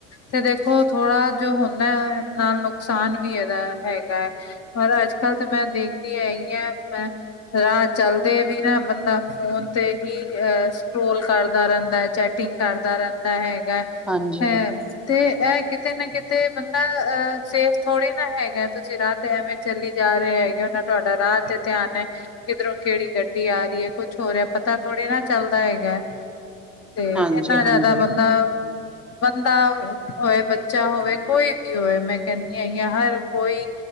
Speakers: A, on the left (about 40°); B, in the centre.
A: ਤੇ ਦੇਖੋ ਥੋੜਾ ਜੋ ਹੁੰਦਾ ਹੈ ਨਾਲ ਨੁਕਸਾਨ ਵੀ ਇਹਦਾ ਹੈਗਾ ਹੈ। ਪਰ ਅੱਜ ਕੱਲ ਤਾਂ ਮੈਂ ਦੇਖਦੀ ਹੈਗੀ ਹੈ ਮੈਂ ਰਾਹ ਚਲਦੇ ਵੀ ਨਾ ਬੰਦਾ ਫੋਨ ਤੇ ਹੀ ਸਕਟਰੋਲ ਕਰਦਾ ਰਹਿੰਦਾ ਹੈ ਚੈਟ ਚੈਟਿੰਗ ਕਰਦਾ ਰਹਿੰਦਾ ਹੈਗਾ।
B: ਹਾਂਜੀ
A: ਹੈ ਤੇ ਇਹ ਕਿਤੇ ਨਾ ਕਿਤੇ ਬੰਦਾ ਅਹ ਸੇਫ ਥੋੜੀ ਨਾ ਹੈਗੇ ਤੁਸੀਂ ਰਾਹ ਤੇ ਐਵੇਂ ਚੱਲੀ ਜਾ ਰਹੇ ਹੈਗੇ ਹੋ ਨਾ ਤੁਹਾਡਾ ਰਾਹ ਤੇ ਧਿਆਨ ਹੈ। ਕਿੱਧਰੋਂ ਕਿਹੜੀ ਗੱਡੀ ਆ ਰਹੀ ਹੈ ਕੁੱਛ ਹੋ ਰਿਹਾ ਪਤਾ ਥੋੜ੍ਹੇ ਨਾ ਚੱਲਦਾ ਹੈਗਾ ਹੈ। ਤੇ
B: ਹਾਂਜੀ
A: ਇੰਨਾ
B: ਹਾਂਜੀ
A: ਜ਼ਿਆਦਾ ਬੰਦਾ ਬੰਦਾ ਹੋਵੇ ਬੱਚਾ ਹੋਵੇ ਕੋਈ ਵੀ ਹੋਵੇ ਮੈਂ ਕਹਿੰ ਹਰ ਕੋਈ